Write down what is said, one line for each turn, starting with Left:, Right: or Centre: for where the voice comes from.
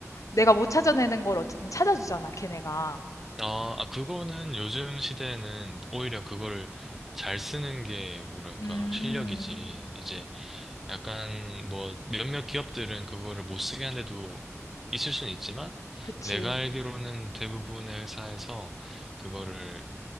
Left: 내가 못 찾아내는 걸 어쨌든 찾아주잖아, 걔네가.
Centre: 어, 아, 그거는 요즘 시대에는 오히려 그거를 잘 쓰는 게 뭐랄까,
Left: 음,
Centre: 실력이지. 이제 약간 뭐 몇몇 기업들은 그거를 못 쓰게 한 데도 있을 수는 있지만
Left: 그치.
Centre: 내가 알기로는 대부분의 회사에서 그거를